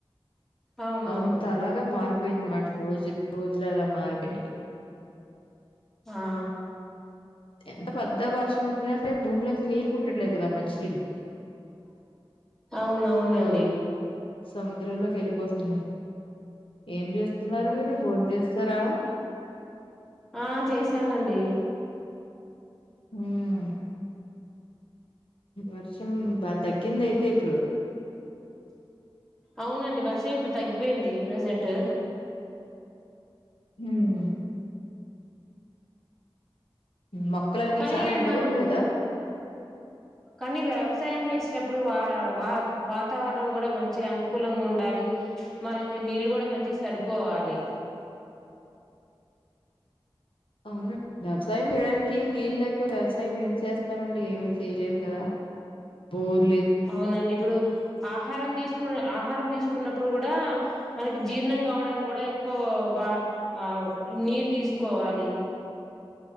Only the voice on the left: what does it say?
అంతలాగా మారిపోయింది అమాట రోజ్ రోజుల అలా మారిపోయినాయ్
ఎంతపెద్ద వర్షం వొచ్చినా సరే భూమిలోంచి నీళ్ళు పు ట్లేదు కదా మంచి
<unintelligible> సముద్రంలోకి ఏళ్ళిపోతున్నాయ్ ఏం జేస్తున్నారు మీరు భోన్ చేస్ సరా
హ్మ్ వర్షం బాగ్ తగ్గిందైయితే ఇప్పుడు
హ్మ్ మొక్కలన్నీ
చాలా ఎండగుంది
గదా
అవును వ్యవసాయం చేయడానికి ఏం నీళ్ళు లేకపోతే వ్యవసాయం ఏం చేస్తామండి ఏమి చేయలేం కదా ఫోన్